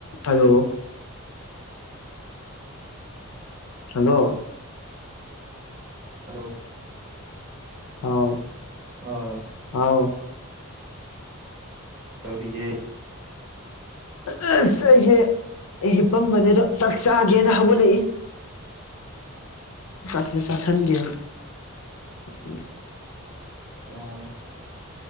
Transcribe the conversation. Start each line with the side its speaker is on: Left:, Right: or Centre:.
Left: hello <inaudible> hello
Right: hello
Left: ꯍꯥꯎ
Right: ꯑ
Left: ꯍꯥꯎ
Right: ꯇꯧꯔꯤꯒꯦ
Left: ꯑ ꯑꯁ ꯑꯩꯁꯦ ꯍꯤꯞꯄꯝꯕꯅꯦ ꯑꯗꯣ ꯆꯥꯛ ꯆꯥꯒꯦꯅ ꯍꯧꯒꯠꯂꯛꯏ ꯑꯁ ꯆꯥꯛ ꯈꯤꯇ ꯆꯥꯁꯟꯒꯦꯅ ꯎ
Right: ꯎꯪ